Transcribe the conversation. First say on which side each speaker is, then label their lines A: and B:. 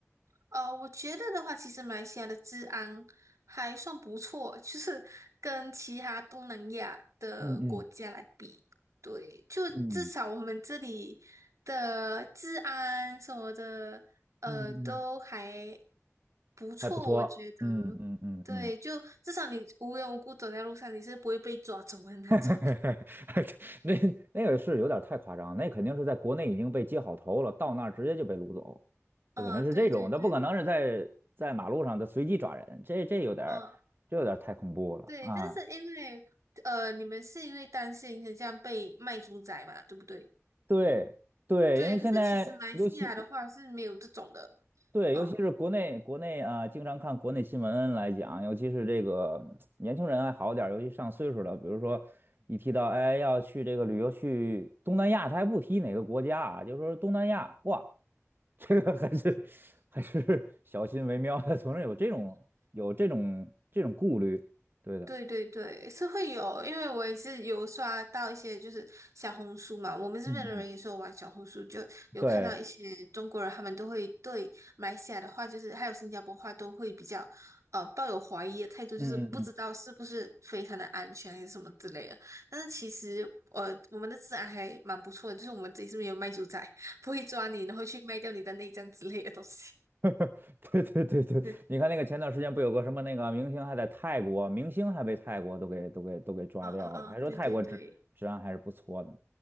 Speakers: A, on the right; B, on the right.
A: 呃，我觉得的话，其实马来西亚的治安还算不错，<laughs> 就是跟其他东南亚的国家来比，
B: 嗯嗯
A: 对，就至少我们这里的治安什么的，
B: 嗯
A: 呃，
B: 嗯嗯，
A: 都还不错，
B: 还不错，
A: 我觉得。
B: 嗯嗯嗯嗯。
A: 对，就至少你无缘无故走在路上，你是不会被抓走的那种。
B: <laughs> 那那个是有点太夸张，那肯定是在国内已经被接好头了，到那儿直接就被掳走，
A: <laughs> 嗯，
B: 那可能是这种，
A: 对对对，
B: 那不可能是在在马路上的随机抓人，这这有点儿这有点儿太恐怖了啊！
A: 嗯，对，但是因为呃，你们是因为担心很像被卖猪仔嘛，对不对？
B: 对对，
A: 对，
B: 因为现在尤其
A: 可是其实马来西亚的话是没有这种的，
B: 对，
A: 嗯，
B: 尤其是国内国内啊、经常看国内新闻来讲，尤其是这个年轻人还好点儿尤其上岁数的，比如说一提到哎要去这个旅游去东南亚，他还不提哪个国家啊，就说东南亚，哇，这个还是还是小心为妙的，总是有这种有这种这种顾虑，对的，
A: 对对对，是会有，因为我也是有刷到一些就是小红书嘛，我们这边的人也是有玩小红书，
B: 嗯嗯
A: 就有看到一些中国人，
B: 对。
A: 他们都会对马来西亚的话，就是还有新加坡话都会比较呃抱有怀疑的态度，
B: 嗯嗯嗯。
A: 就是不知道是不是非常的安全还是什么之类的。但是其实呃我们的治安还蛮不错的，就是我们这里是不是有卖猪仔，<laughs> 不会抓你，然后去卖掉你的内脏之类的东西。
B: <laughs> 对对对对，
A: <laughs>
B: 你看那个前段时间不有个什么那个明星还在泰国，明星还被泰国都给都给都给抓掉了，
A: 啊啊啊！
B: 还说泰国治治安还是不错的。
A: 对对对